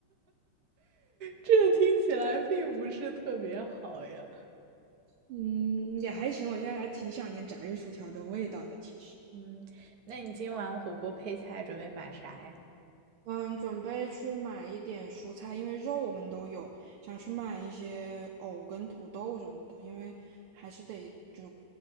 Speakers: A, on the right; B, on the right.
A: 这听起来并不是特别好呀。
B: 嗯，也还行，我现在还挺想念炸鱼薯条的味道的，其实。
A: 嗯，那你今晚火锅配菜准备买啥呀？
B: 嗯，准备去买一点蔬菜，因为肉我们都有，想去买一些藕跟土豆什么的，因为还是得就